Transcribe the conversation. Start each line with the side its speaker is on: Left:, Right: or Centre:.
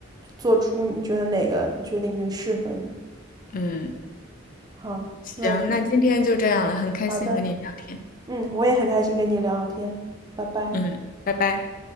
Right: 做出你觉得哪个决定更适合你。
Left: 嗯。
Right: 好，
Left: 行，
Right: 那今
Left: 那今天就这样了，很开心和你聊天。
Right: 好的，嗯，我也很开心跟你聊天，拜拜。
Left: 嗯，拜拜。